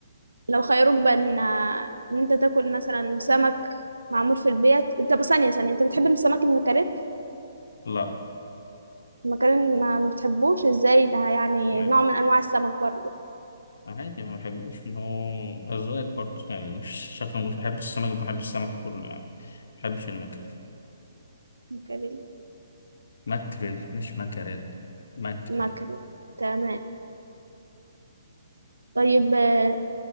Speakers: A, on the right; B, on the left.
A: لو خيروك بين آه، ان انت تاكل مثلا سمك معمول في البيت انت بس ثانية ثانية انت بتحب السمك المكاريل
B: لا
A: المكاريل ما بتحبوش ازاي ده يعني
B: عادي
A: نوع من انواع السمك برضه
B: عادي ما بحبوش ما هو أذواق برضه يعني مش شايف أنا مش بحب السمك بحب السمك كله يعني ما بحبش الماكريل
A: مكاريل
B: ماكريل مش ماكريل ماكريل
A: مكاريل تمام طيب آه،